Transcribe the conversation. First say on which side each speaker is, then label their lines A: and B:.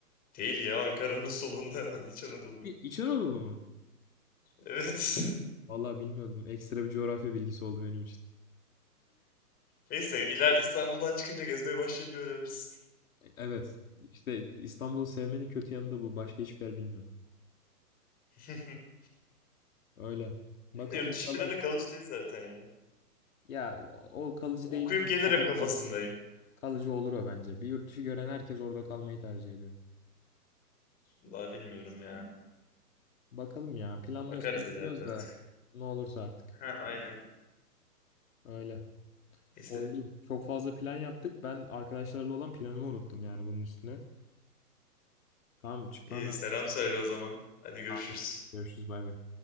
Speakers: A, on the left; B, on the left.
A: Değil ya, Ankara'nın solunda hemen İç Anadolu'da.
B: İ- İç Anadolu mu?
A: Evet. <laughs>
B: Vallahi bilmiyordum. Ekstra bir coğrafya bilgisi oldu benim için.
A: Neyse, ila İstanbul'dan çıkınca gezmeye başlayınca öğrenirsin.
B: E- Evet. İşte İstanbul'u sevmenin kötü yanı da bu. Başka hiçbir yer bilmiyorum.
A: <laughs>
B: Öyle. Bakalım
A: Benim de yurt
B: inşallah.
A: dışı planı kalıcı değil zaten ya.
B: Ya o o kalıcı
A: Okuyup
B: değil. canım.
A: gelirim
B: Kalıcı
A: kafasındayım.
B: olur. Kalıcı olur o bence. Bir yurt dışı gören herkes orada kalmayı tercih ediyor.
A: Vallahi bilmiyorum ya.
B: Bakalım ya. Planlıyoruz
A: Bakarız
B: planlıyoruz
A: ileride artık.
B: da ne olursa artık.
A: Ha, aynen.
B: Öyle.
A: Neyse.
B: Oldu. Çok fazla plan yaptık. Ben arkadaşlarla olan planımı unuttum yani bunun üstüne. Tamam çıkmam
A: İyi
B: lazım.
A: selam söyle o zaman. Hadi görüşürüz.
B: Tamam. Görüşürüz bay bay.